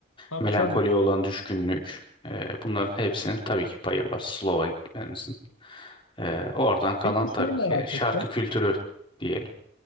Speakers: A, on the left; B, on the left.
A: Tabii
B: melankoliye
A: tabii.
B: olan düşkünlük, e, bunların hepsinin tabii ki payı var Slova gitmemizin. E, oradan kalan
A: Peki
B: tabii
A: şeyi merak
B: ki şarkı
A: ettim.
B: kültürü diyelim.